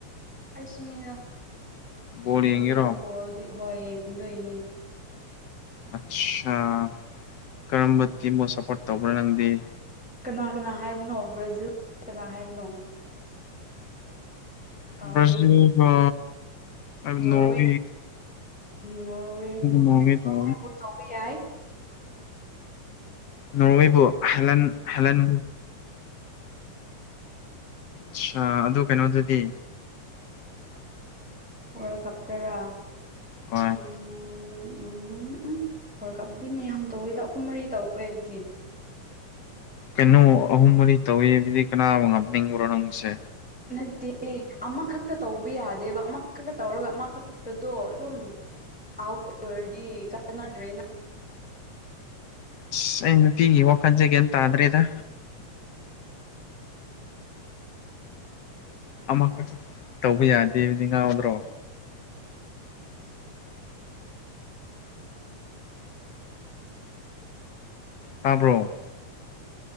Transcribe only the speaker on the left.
ꯕꯣꯜ
ꯌꯦꯡꯒꯦꯔꯣ
ꯑꯆꯥꯥ ꯀꯔꯝꯕ ꯇꯤꯝꯕꯨꯣ ꯁꯞꯄꯣꯔꯠ ꯇꯧꯕ꯭ꯔꯥ ꯅꯪꯗꯤ
ꯁ ꯑ
ꯅꯋ
ꯅꯋ
ꯊ
ꯅꯣꯔꯋꯦꯕꯨ ꯍꯦꯂꯟ ꯍꯦꯂꯟ ꯑꯆꯥ ꯑꯗꯨ ꯀꯩꯅꯣꯗꯗꯤ
ꯍꯣꯏ
ꯀꯩꯅꯣ ꯑꯍꯨꯝ ꯃꯔꯤ ꯇꯧꯋꯕꯗꯤ ꯀꯅꯥꯕꯨ ꯉꯝꯅꯤꯡꯕ꯭ꯔꯣ ꯅꯪꯁꯦ
ꯑꯁ ꯑꯩ ꯅꯨꯄꯤꯒꯤ ꯋꯥꯈꯜꯁꯦ ꯀꯩꯝ ꯇꯥꯗ꯭ꯔꯦꯗ ꯑꯃꯈꯁꯨ ꯇꯧꯕ ꯌꯥꯗꯦꯕꯗꯤ ꯉꯥꯎꯗ꯭ꯔꯣ ꯇꯕ꯭ꯔꯣ